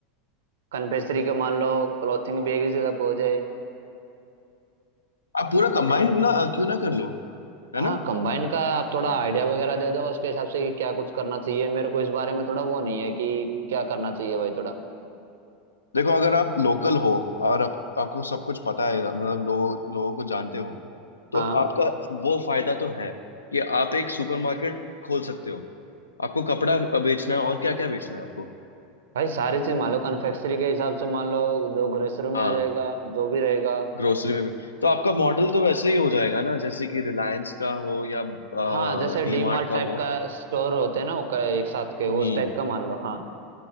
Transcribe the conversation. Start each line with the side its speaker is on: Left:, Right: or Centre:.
Right: कन्फेक्शनरी का मान लो क्लॉथिंग भी एक ही जगह पे हो जाए
Left: आप पूरा
Right: और
Left: कंबाइंड ना अ, क्यों ना कर लो है
Right: हाँ
Left: ना
Right: कंबाइंड का आप थोड़ा आइडिया वगैरह दे दो उसके हिसाब से कि क्या कुछ करना चाहिए मेरे को इस बारे में थोड़ा वो नहीं है कि क्या करना चाहिए भाई थोड़ा
Left: देखो अगर आप लोकल हो और आप, आपको सब कुछ पता है मतलब लोग लोगों को जानते हो तो
Right: हाँ
Left: आपका वो फायदा तो है कि आप एक सुपरमार्केट खोल सकते हो आपको कपड़ा बेचना है और क्या क्या बेचना है आपको
Right: भाई सारी चीज मान लो कन्फेक्शनरी के हिसाब से मान लो जो ग्रोसरी में
Left: हाँ
Right: आ जाएगा जो भी रहेगा
Left: ग्रोसरी में भी तो आपका मॉडल तो वैसे ही हो जाएगा ना जैसे कि रिलायंस का हो या
Right: हाँ जैसे
Left: डी
Right: डी
Left: मार्ट
Right: मार्ट
Left: का
Right: टाइप
Left: हो
Right: का स्टोर होते हैं ना वो क- एक साथ के वो
Left: हम्म
Right: उस टाइप का मान लो हाँ